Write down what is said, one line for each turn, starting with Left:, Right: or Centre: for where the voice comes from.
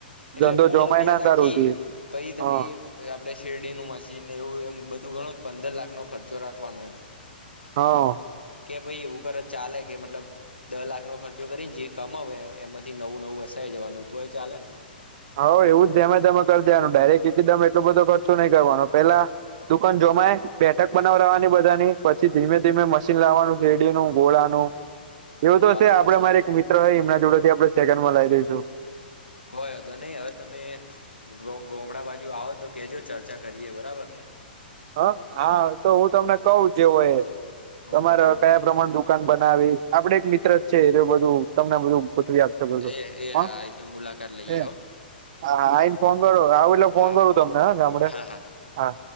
Left: એટલે
Right: ધંધો
Left: મૂળ
Right: જોમાય
Left: અભ્યા
Right: ના
Left: લખ
Right: તાર સુધી
Left: ઇ પછી તમે
Right: હા
Left: આપડે શેરડી નુ મશીન ને એવુ એમ બુ બધુ ઘણો પંદર લાખ નો ખર્ચો રાખવાનો એમ
Right: હા
Left: કે ભાઈ એવુ કરત ચાલે કે મતલબ દહ લાખ નો ખર્ચો કરીને જે કમા એમાથી નવું નવું જવાનુંનુ તુંય ચાલન
Right: હઉ એવું જ ધમે ધમે કરી દેવાનું ડાયરેક્ટ ટીદમ એટલો બધો ખર્ચો નહીં કરવાનો પેલા દુકાન જમાય બેઠક બનાવ રવાની બધાની પછી ધીમે ધીમે મશીન લાવવાનું શેરડી નું ગોળાનું
Left: <inaudible>
Right: એવું
Left: ને
Right: તો
Left: વાત
Right: છે આપડે
Left: સાચી
Right: મારે એક મિત્ર હોય એમના જોડે થી આપણે સેકન્ડમાં લઈ દઈશું
Left: કોઈ તો નહી હવે તમે ગોમડા બાજુ આવો તો કેજો ચાલ ચા કરીએે બરાબર ને
Right: હ હા તો હું તમને કઉ જેવો એ તમારે
Left: ઓકે ઓકે
Right: કયા પ્રમાણ દુકાન બ આપડે એક મિત્ર જ છે એ બધું તમને બધું ગોઠવી આપશે બધું
Left: એ એ
Right: હ
Left: હા એ તો મુલાકાત લઈએ
Right: એ
Left: હો
Right: હા આઈને ફોન કરો આવું એટલે ફોન
Left: હા
Right: કરું તમને હ ગામડે
Left: હા હા હા.
Right: હા